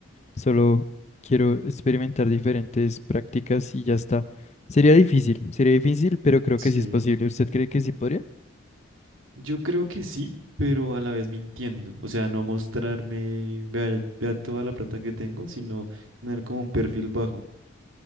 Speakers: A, on the left (about 30°); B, on the right (about 70°).
A: Solo quiero experimentar diferentes prácticas y ya está. Sería difícil, sería difícil, pero creo
B: Sí.
A: que sí es posible. ¿Usted cree que sí podría?
B: Yo creo que sí, pero a la vez mintiendo. O sea, no mostrarme, vea, vea toda la plata que tengo, sino tener como un perfil bajo.